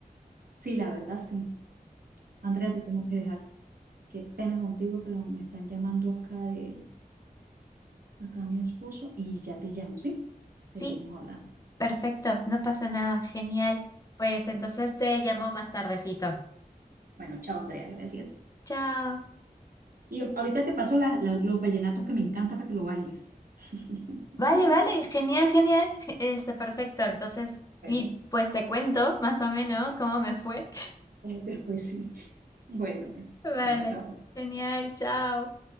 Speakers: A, on the right (about 70°); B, on the left (about 25°).
A: sí, la verdad, sí. Andrea, te tengo que dejar. Qué pena contigo, pero me están llamando acá de acá mi esposo y ya te llamo, ¿sí? Seguimos
B: Sí,
A: hablando.
B: perfecto, no pasa nada, genial. Pues entonces te llamo más tardecito.
A: Bueno, chao Andrea, gracias.
B: Chao.
A: Y ahorita te paso la- la- los vallenatos que me encanta para que lo bailes. <laughs>
B: Vale, vale, genial, genial. Este, perfecto. Entonces,
A: Bueno,
B: y pues te cuento más o menos cómo me fue.
A: eh, después sí. Bueno, bueno,
B: Vale,
A: bueno, chao.
B: genial, chao.